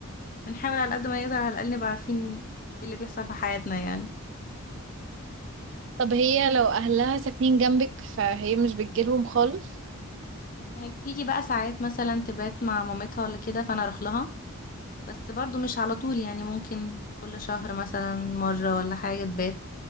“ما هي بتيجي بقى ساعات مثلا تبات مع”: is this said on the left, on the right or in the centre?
Left